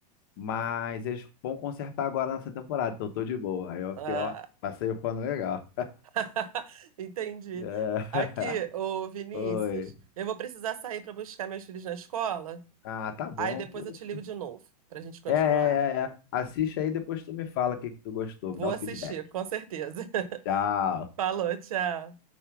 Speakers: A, on the left; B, on the right.
A: Mas eles vão consertar agora nessa temporada, então eu tô de boa. Aí eu
B: Ah,
A: fiquei, ó, passei o pano legal.
B: <laughs> entendi.
A: É.
B: Aqui, ô Vinícius,
A: <laughs> Oi.
B: eu vou precisar sair para buscar meus filhos na escola.
A: Ah, tá bom,
B: Aí depois
A: poxa.
B: eu te ligo de novo para a gente continuar.
A: É, é, é, é. Assiste aí, depois tu me fala o que que tu gostou,
B: Vou
A: me dá o
B: assistir,
A: feedback.
B: com certeza. <laughs>
A: Tchau.
B: Falou, tchau.